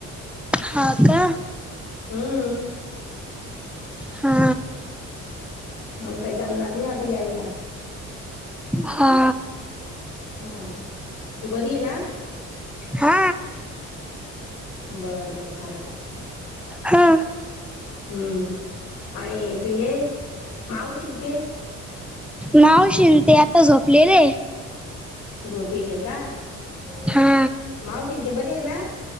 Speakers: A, in the centre; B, on the left (about 85°).
A: हा का.
B: हम्म.
A: हा.
B: मंग काही जमणार नाही आता यायला.
A: हा.
B: हा तू बरी आहे ना?
A: हा.
B: बरं बरं चाललं.
A: हा.
B: हम्म आणि ते हे मावशी आणि ते
A: मावशी आणि ते आता झोपलेले आहे.
B: झोपेले का?
A: हा.
B: मावशीनं ती बरी ये ना?